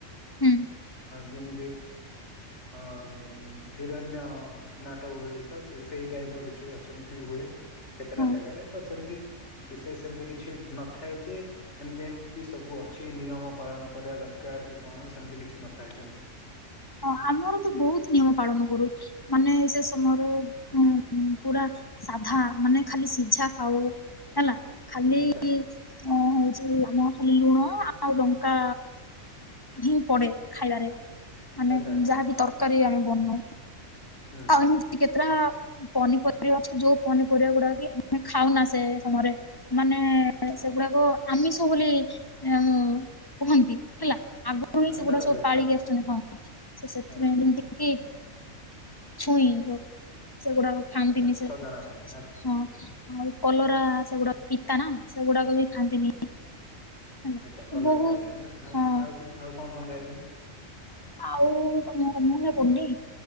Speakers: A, on the left; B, on the left.
A: ହୁଁ
B: ଯେମ ଅ ହିରଣ୍ୟ ନାଟକ ହୁଏ। ତ ସେ ସେଇ ଟାଇପ ର କିଛି ସେମିତି ହୁଏ କେତେଟା
A: ହଁ।
B: ଜାଗାରେ ତ ସେମିତି ତ ବିଶେଷ ସେମିତି କିଛି ନଥାଏ ଯେ ଏମତି ଏମ ଏତି ସବୁ ଅଛି ନିୟମ ପାଳନ କରିବା ଦରକାର କି କଣ ସେମିତି କିଛି ନଥାଇ ସେମତି
A: ହଁ ଆମର ତ ବହୁତ ନିୟମ ପାଳନ କରୁ ମାନେ ସେ ସମୟରେ ଉ ପୁରା ସାଧା ମାନେ ଖାଲି ସିଝା ଖାଉ ହେଲା ଖାଲି
B: ଆଚ୍ଛା
A: ଓଁ ହଉଛି ଆମ ଖାଲି ଲୁଣ ଆଉ ଲଙ୍କା। ହିଁ ପଡେ ଖାଇବାରେ ମାନେ
B: ଆଚ୍ଛା
A: ଯାହାବି ତରକାରୀ ଆମେ ବନଉ।
B: ହୁଁ
A: ଆଉ
B: ହୁଁ
A: ଏମିତି କେତେ ଟା ପନିପରିବା ଅ ଯୋଉ ପନିପରିବା ଗୁଡା କି ଆମେ ଖାଉନା ସେ ସମୟରେ ମାନେ ସେଗୁଡାକ ଆମିଷ ବୋଲି ଉ କୁହନ୍ତି ହେଲା। ଆଗରୁ
B: ମାନେ
A: ହିଁ ସେଗୁଡା
B: ଧରାଯାଏ
A: ସବୁ ପାଳିକି
B: ହଁ
A: ଆସିଛନ୍ତି ହଁ ସେ ସେଥିପାଇଁ
B: ହଁ ହଁ
A: ଯେମିତି କି ଛୁଇଁ ଯୋଉ ସେଗୁଡା ଖାଆନ୍ତିନି
B: ଆଚ୍ଛା
A: ସେ
B: ସଜନା ଛୁଇଁ ଆଚ୍ଛା।
A: ହଁ। ଆଉ ପଲରା ସେଗୁଡା ପିତା ନା ସେଗୁଡାକ ବି ଖାଆନ୍ତିନି। ହେଲା
B: ଆଚ୍ଛା କଲରା
A: ବହୁତ
B: ଖାଇବେନି ନା ଆଉ
A: ହଁ
B: ଆଉ ଆଉ କଣ କଣ ଖାଇବେନି?
A: ଆଉ ତମର ମନେ ପଡୁନି?